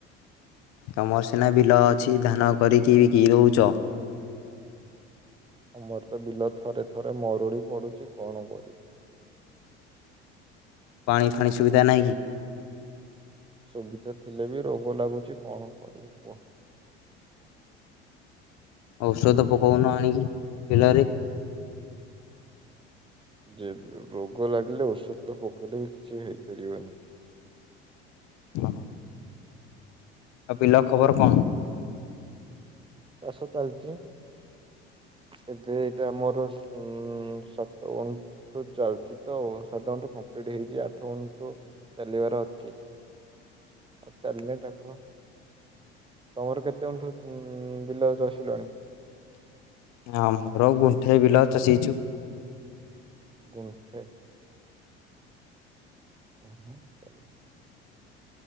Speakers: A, on the left; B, on the right.
A: ତମର ସିନା ବିଲ ଅଛି ଧାନ କରିକି ବିକି ଦୋଉଚ।
B: ଆମର ତ ବିଲ ଥରେ ଥରେ ମରୁଡି ପଡୁଚି କଣ କରିବି।
A: ପାଣି ଫାଣି ସୁବିଧା ନାହିଁ କି?
B: ସୁବିଧା ଥିଲେ ବି ରୋଗ ଲାଗୁଚି କଣ କରିବୁ କୁହ?
A: ଔଷଧ ପକଉନ ଆଣିକି ବିଲରେ
B: ଯେ ରୋଗ ଲାଗିଲେ ଓସ ତ ପକଲେ ବି କିଛି ହେଇପାରିବନି। <inaudible>
A: ହ ଆ ବିଲ ଖବର କଣ?
B: ଚାଷ ଚାଲିଛି <inaudible> ଏବେ ଏଇଟା ମୋର ଉ ସାତ ଗଣ୍ଠୁ ଚାଲିଛି ତ ସାତ ଘଣ୍ଠୁ କମ୍ପ୍ଲିଟ ହେଇଛି ଆଠ ଗଣ୍ଠୁ ଚାଲିବାର ଅଛି। ଆଉ ଚାଲିଲ ଟ୍ରାକ୍ଟର ତମର କେତେ ଅଣ୍ଠୁ ଉ ବିଲା ଚସିଲଣି?
A: ହଁ ମୋର ଗୁଣ୍ଠେଇ ବିଲ ଚଷିଛୁ
B: ଗଣ୍ଠେ <unintelligible>